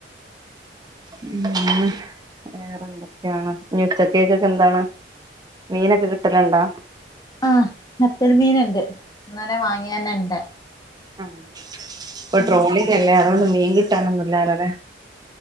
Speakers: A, on the right; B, on the left.
A: ഉം വേറെ എന്തൊക്കെയാണ് ഇനി ഉച്ചക്കേക്കൊക്കെ എന്താണ്? മീനൊക്കെ കിട്ടല്ണ്ടോ?
B: ആഹ് നത്തൽ മീൻ ഇണ്ട് ഇന്നലെ വാങ്ങിയെന്നെ ഇണ്ട്
A: ആഹ് ഇപ്പൊ ട്രോളിംഗല്ലേ
B: അടച്ചിട്ടേര്
A: അതുകൊണ്ട് മീൻ കിട്ടാനൊന്നു ഇല്ലാലോല്ലേ